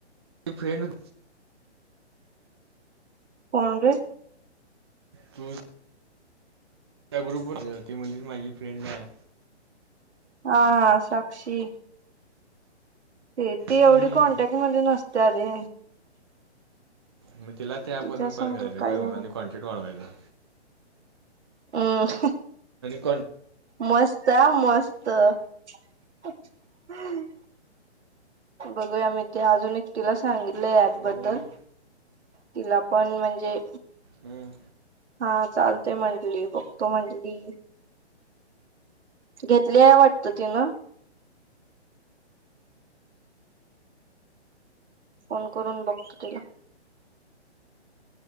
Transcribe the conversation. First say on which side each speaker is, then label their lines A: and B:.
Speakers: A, on the right; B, on the right.
A: फ्रेंड
B: कोण रे
A: तु त्या ग्रुपवर त म्हणजे माझी फ्रेंड आहे
B: हा हा साक्षी ते ती
A: हम्म.
B: एवढी कॉन्टॅक्ट मध्ये नसते अरे
A: मग तिला तेॅपवररून
B: तिच्या संग
A: कडगला का
B: काय एवढं
A: आणि आणि कॉनेट वाढवयला
B: हम्
A: कॉन
B: मस्त आ मस्त हम्म बघूया मी ते अजून एकटिला सांगितलं ऍपबद्दल
A: बरोबर आहे.
B: तिला पण म्हणजे
A: हम्म.
B: हा चालते म्हंटली बघतो म्हंटली घेतली आहे वाटत तिन फोन करून बघतो तुला